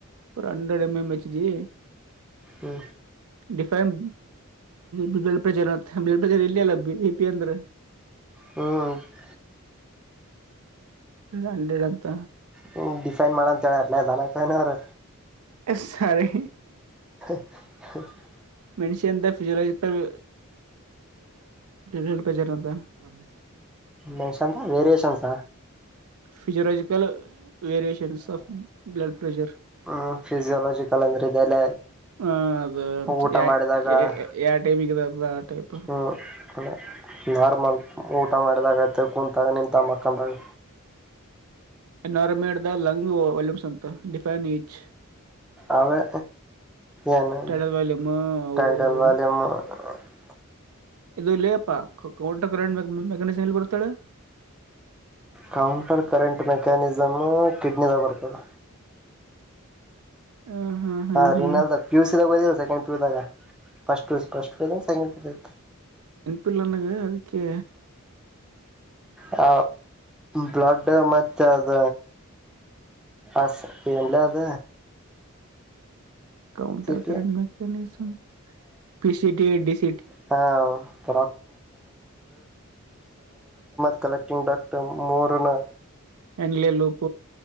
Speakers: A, on the right; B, in the centre.
A: ಅ hundred M M H G
B: ಹ್ಮ
A: define blood pressure blood pressure ಇಲ್ಲಿ ಅಲ್ಲ ಬಿ ಪಿ ಅಂದ್ರೆ
B: ಹ್ಮ್ ಹ್ಮ್
A: ಹಂಡ್ರೆಡ್ ಅಂತ
B: ಹ ಡಿಫೈನ್ ಮಾಡ ಅಂತ ಹೇಳುವ್ರೆ ಅವರು ದನ ಕಾಯೋನು ಅವ್ರು
A: ಯಶ ಸರಿ.
B: <unintelligible>
A: ಮೆಷಿಂತ ಫಿಜಲಜಿಕಲ್ ಮ್ಯಜರ್ ಅಂತ. <unintelligible>
B: ಮೆನ್ಷನ್ಸ ವೇರಿಯೇಷನ್ಸಾ.
A: Physiological variations of blood pressure.
B: ಹ್ಮ ಫಿಸಿಯೋಾಲಜಿಕಲ್ ಅಂದ್ರೆ ಇದೆಲ್ಲ.
A: ಹ್ಮ ಅದು
B: ಊಟ
A: ಯ
B: ಮಾಡಿದಾಗ
A: ಯಾವ ಟೈಪ್ಿಗೆದು ಆ ಟೈಪ್.
B: ಅದೇ ನಾರ್ಮಲ್ ಊಟ ಮಾಡಿದಾಗತ್ತೆ ಕುೂಂತಾಗ ನಿಂತ ಮಕ್ಕಂದಾಗ.
A: ಎನ್ವೈರಮೆಂಟ್ ದ ಲಂಗ್ ವಾಲ್ಯೂಮ್ಸ್ ಅಂತ ಡಿಫೈನ್ ಈಚ್.
B: ಅವೇ ಏನು
A: ಟೈಡಲ್ ವಾಲ್ಯೂಮ್ ಅವು
B: ಟೈಟಲ್
A: ಇವು
B: ವಲ್ಮ. <unintelligible>
A: ಇದು ಇಲ್ಲೇ ಅಪ್ಪಾ ವಂಟರ್ ಕರೆಂಟ್ ಮ ಮೆಕ್ಯಾನಿಸಂ ಎಲ್ಲಿ ಬರ್ತಾಳೆ.
B: ಕೌಂಟರ್ ಕರೆಂಟ್ ಮೆಕ್ಯಾನಿಸಮ್ ಕಿಡ್ನಿದಾಗ ಬರ್ತದೆ.
A: ಹ್ಮ್ ಹ್ಮ್ ಹ್ಮ್
B: ಹಾ ರರಿನ್ಲ್
A: ಹ್ಮ್
B: ಪ ಯುಸಿದಾಗ ೋದ ಸೆಕಂಡ್ ಪ ಯ ದಾಗ. ಫಸ್ಟ್ ಪ್ರ್ ಫಸ್ಟ್ ಪ್ರೇಜ ಸೆಕಂಡ್ ಪ್ರಜ.
A: ಪಿಲ್ಲನಗೆ ಅದಕ್ಕೆ.
B: ಹ ಬ್ಲಡ್ ಮತ್ತೆ ಅದ. ಅ ವಲ್ಲ ಅದ.
A: ಕಾೌಂಟರ್
B: ಟಿ
A: ಕಂಟ್ ಮೆಕ್ಯಾನಿಿಸಮ ಪಿ ಸಿಟ.
B: <unintelligible> ಟಿಂಗ ಡಕ್ಟರ್ ಮೋರನಾ.
A: Henle loop.